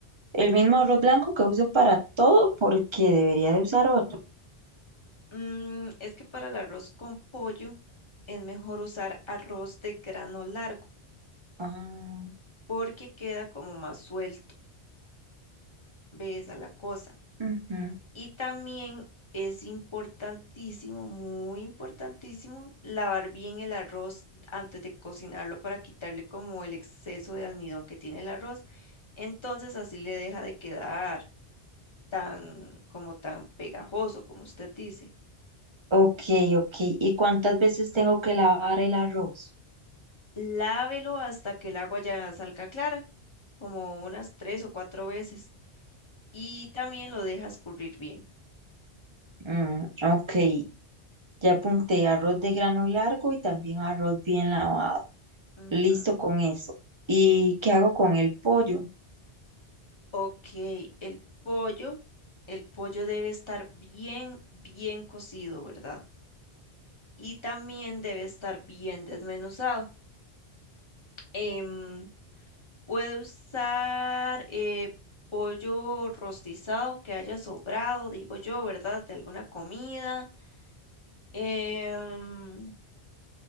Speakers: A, on the right; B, on the left.
A: el mismo arroz blanco que uso para todo porque debería de usar otro.
B: Mm, es que para el arroz con pollo es mejor usar arroz de grano largo
A: Ah,
B: porque queda como más suelto, ves a la cosa.
A: ujú.
B: Y también es importantísimo, muy importantísimo, lavar bien el arroz antes de cocinarlo para quitarle como el exceso de almidón que tiene el arroz. Entonces así le deja de quedar tan como tan pegajoso como usted dice.
A: Ok, ok. ¿Y cuántas veces tengo que lavar el arroz?
B: Lávelo hasta que el agua ya salga clara. como unas tres o cuatro veces y también lo dejas currir bien.
A: Mm, ok. Ya apunté arroz de grano largo y también arroz bien lavado.
B: Ujú.
A: Listo con eso. ¿Y qué hago con el pollo?
B: Ok, el pollo, el pollo debe estar bien, bien cocido, ¿verdad? Y también debe estar bien desmenuzado. Em, puede usar eh, pollo rostizado que haya sobrado, digo yo, ¿verdad? De alguna comida. em,